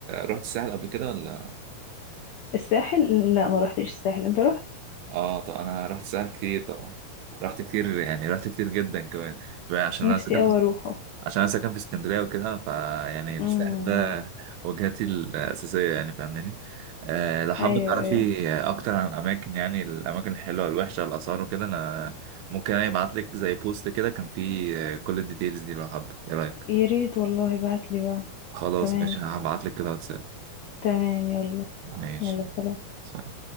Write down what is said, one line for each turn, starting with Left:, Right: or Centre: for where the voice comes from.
Right: رحت الساحل قبل كده ولا
Left: الساحل لا ما روحتش الساحل انت رحت
Right: اه طب انا رحت الساحل كتير طبعا رحت كتير يعني رحت كتير جدا كمان بقى عشان
Left: نفسي
Right: انا ساكن
Left: اوي اروحه
Right: عشان انا ساكن في اسكندريه وكده فيعني الساحل
Left: امم
Right: ده وجهتي الاساسيه يعني فاهماني أه لو حابه
Left: ايوه
Right: تعرفي
Left: ايوه
Right: اكتر عن الاماكن يعني الاماكن الحلوه الوحشه الاثار وكده انا ممكن يعني ابعت لك زي بوست كده كان فيه كل الديتيلز دي لو حابه ايه رايك
Left: يا ريت والله ابعت لي بقى
Right: خلاص
Left: تمام
Right: ماشي هبعت لك كده واتساب
Left: تمام يلا
Right: ماشي
Left: يلا سلام
Right: سلام.